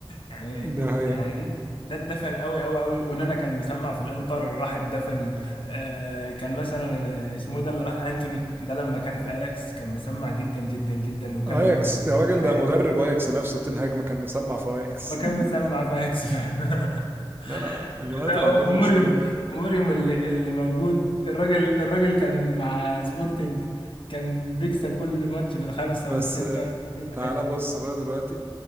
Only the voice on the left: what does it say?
يعني
يعني ده ده اتدفن قوي قوي قوي ونانا كان مسمع في الانتر راح اتدفن آه كان مثلا آه، اسمه إيه ده اللي راح انتوني ده لما كان في اياكس كان مسمع جدا جدا جدا وكان
واد رهيب
في
اياكس
ما كان مسمع في اياكس فعلا <laughs>
ده
أموريوم
أموريوم اللي, اللي موجود الراجل الراجل كان مع سبورتنج كان بيكسب كل ماتش بالخمسة
والستة جيب
حلو